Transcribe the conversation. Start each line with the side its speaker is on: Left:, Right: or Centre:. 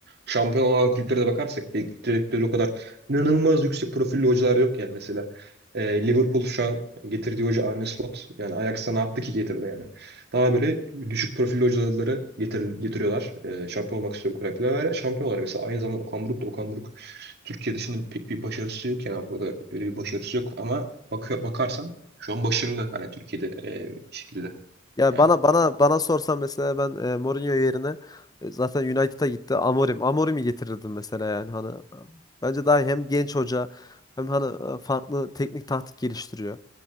Right: şampiyon olan kulüplere de bakarsak teknik direktörü o kadar inanılmaz yüksek profilli hocalar yok yani mesela. Ee, Liverpool şu an getirdiği hoca Arne Slot yani Ajax'a ne yaptı ki getirdi yani. Daha böyle düşük profilli hocaları getir, getiriyorlar. Ee, şampiyon olmak istiyor kulüpler ve şampiyonlar. Mesela aynı zamanda Okan Buruk da Okan Buruk Türkiye dışında pek bir başarısı yok yani Avrupa'da öyle bir başarısı yok ama bakıyor, bakarsan şu an başarılı hani Türkiye'de e, bir şekilde
Left: Yani
Right: yani.
Left: bana bana bana sorsan mesela ben e, Mourinho yerine e, zaten United'a gitti. Amorim. Amorim'i getirirdim mesela yani hani e, bence daha iyi. hem genç hoca hem hani e, farklı teknik taktik geliştiriyor.